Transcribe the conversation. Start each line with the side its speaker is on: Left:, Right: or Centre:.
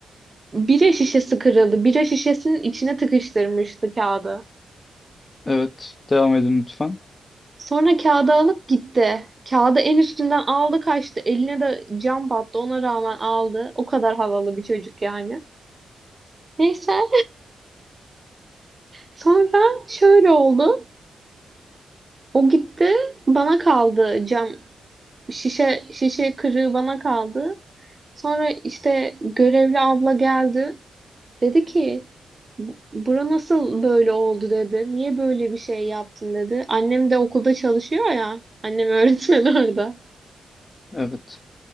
Right: Bira şişesi kırıldı. Bira şişesinin içine tıkıştırmıştı kağıdı.
Left: Evet, devam edin lütfen.
Right: Sonra kağıdı alıp gitti. Kağıdı en üstünden aldı kaçtı. Eline de cam battı. Ona rağmen aldı. O kadar havalı bir çocuk yani. Neyse. Sonra şöyle oldu. O gitti. Bana kaldı cam. Şişe şişe kırığı bana kaldı. Sonra işte görevli abla geldi. Dedi ki "Bu- bura nasıl böyle oldu dedi. Niye böyle bir şey yaptın dedi. Annem de okulda çalışıyor ya. Annem öğretmen <laughs> orada.
Left: Evet.